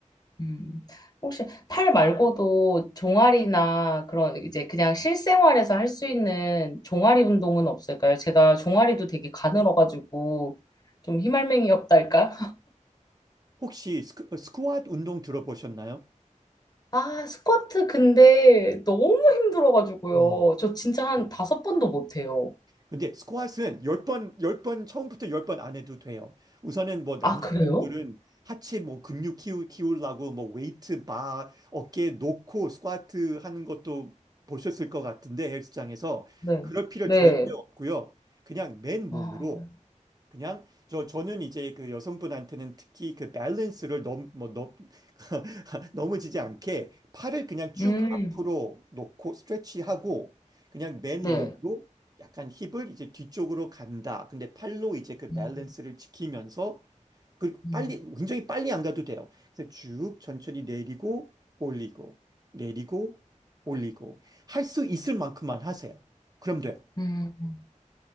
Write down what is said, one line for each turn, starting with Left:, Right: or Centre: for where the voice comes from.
Left: 음, 혹시 팔 말고도 종아리나 그런 이제 그냥 실생활에서 할 수 있는 종아리 운동은 없을까요? 제가 종아리도 되게 가늘어가지고 좀 희말맹이 없달까?
Right: 혹시 스쿼, 스쿼트 운동 들어보셨나요?
Left: 아, 스쿼트 근데 너무 힘들어가지고요.
Right: 음.
Left: 저 진짜 한 다섯 번도 못해요.
Right: 근데 스쿼트는 열 번 열 번 처음부터 10번 안 해도 돼요. 우선은 뭐 남자분들은
Left: 아, 그래요?
Right: 하체 뭐 근육 키우, 키우려고 뭐 웨이트 바 어깨 놓고 스쿼트 하는 것도 보셨을 것 같은데 헬스장에서
Left: 네.
Right: 그럴 필요
Left: 네.
Right: 절대 없고요. 그냥 맨몸으로
Left: 아,
Right: 그냥 저 저는 이제 그 여성분한테는 특히 그 밸런스를 너무 뭐너 <laughs> 넘어지지 않게 팔을 그냥 쭉
Left: 음,
Right: 앞으로 놓고 스트레치하고 그냥 맨
Left: 네.
Right: 몸으로 약간 힙을 이제 뒤쪽으로 간다. 근데 팔로 이제 그
Left: 음,
Right: 밸런스를 지키면서 그리고
Left: 음,
Right: 빨리 굉장히 빨리 안 가도 돼요. 그래서 쭉 천천히 내리고 올리고 내리고 올리고 할 수 있을 만큼만 하세요. 그럼 돼요.
Left: 음.